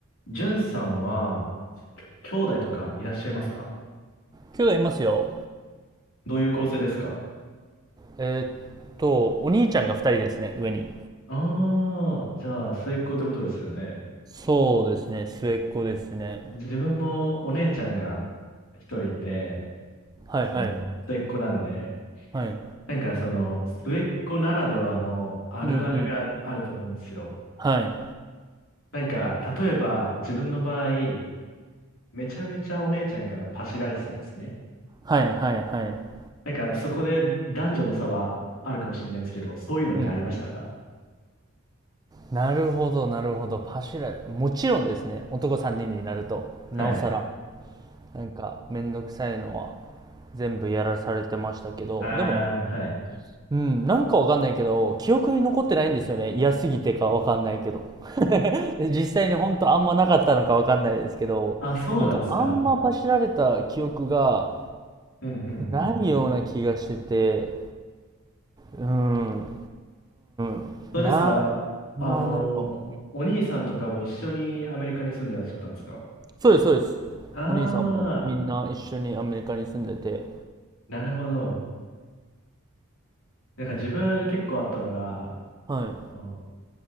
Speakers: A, on the left; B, on the right.
A: じゅんさんは、きょ兄弟とかいらっしゃいますか
B: 兄弟いますよ。
A: どういう構成ですか
B: えーっと、お兄ちゃんが二人ですね、上に。
A: ああー、じゃあ、末っ子ってことですよね。
B: そうですね、末っ子ですね。
A: 自分もお姉ちゃんが一人いて、
B: はいはい。
A: その、末っ子なんで、
B: はい。
A: なんかその、末っ子ならではのあるあるがあると思うんですよ。
B: うんうん。はい。
A: なんか、例えば、自分の場合、めちゃめちゃお姉ちゃんからパシられてたんですね。
B: はいはいはい。
A: なんか、そこで男女の差はあるかもしれないんですけど、そういうのってありましたか
B: うん。なるほど、なるほど。パシュラで。もちろんですね、男三人にんになると、
A: はい。
B: なおさら、なんか、めんどくさいのは全部やらされてましたけど、
A: ああ、
B: でも、
A: はい。
B: うん、なんかわかんないけど、記憶に残ってないんですよね。嫌すぎてかわかんないけど。で実際に本当あんまなかったのかわかんないですけど、
A: あ、そうなんですか。
B: なんかあんま走られた記憶が
A: うん、うん、
B: ないような気がしてて、
A: うん。
B: うん、うん、
A: そうですか。
B: な、まあないかも。
A: あの、お兄さんとかも一緒にアメリカに住んでらっしゃったんですか
B: そうです、そうです。
A: ああ
B: お兄さんもみんな一緒にアメリカに住んでて、
A: ー、なるほど。なんか自分結構あったのが、
B: はい。
A: あの